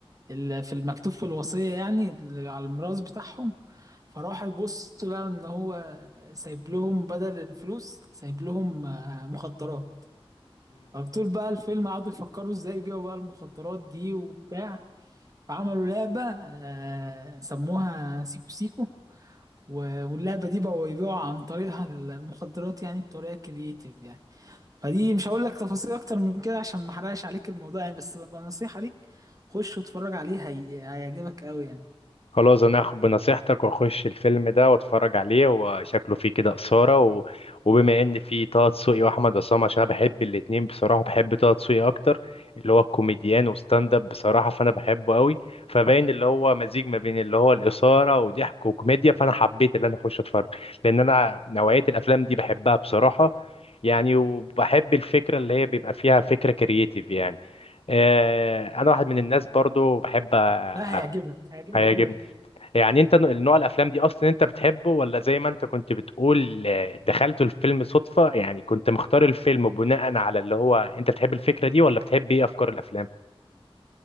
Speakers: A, on the right; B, on the left.
A: ال... في المكتوب في الوصية يعني ال- على الميراث بتاعهم فراحوا يبصوا لقوا ان هو سايب لهم بدل الفلوس سايب لهم آه، مخدرات فطول بقى الفيلم قعدوا يفكروا ازاي يبيعوا بقى المخدرات دي وبتاع فعملوا لعبة آه، سموها سيكو سيكو و- واللعبة دي بقوا يبيعوا عن طريقها المخدرات يعني بطريقة كرييتيف يعني فدي مش هقول لك تفاصيل أكتر من كده عشان ما أحرقش عليك الموضوع يعني بس ببقى نصيحة ليك خش واتفرج عليه هي... هيعجبك أوي يعني
B: خلاص انا هاخد بنصيحتك واخش الفيلم ده واتفرج عليه وشكله فيه كده اثاره و... وبما ان فيه طه دسوقي واحمد عصام عشان انا بحب الاتنين بصراحه بحب طه دسوقي اكتر اللي هو الكوميديان وستاند اب بصراحه فانا بحبه قوي فباين اللي هو مزيج ما بين اللي هو الاثاره وضحك وكوميديا فانا حبيت اللي انا اخش اتفرج لان انا نوعيه الافلام دي بحبها بصراحه يعني وبحب الفكره اللي هي بيبقى فيها فكره كرييتيف يعني آه، انا واحد من الناس برضو بحب أ-
A: لا هيعجبك
B: أ-
A: هيعجبك
B: هيعجبني
A: أوي
B: يعني انت النوع الافلام دي اصلا انت بتحبه ولا زي ما انت كنت بتقول آه، دخلت الفيلم صدفة يعني كنت مختار الفيلم بناء على اللي هو انت بتحب الفكرة دي ولا بتحب ايه افكار الافلام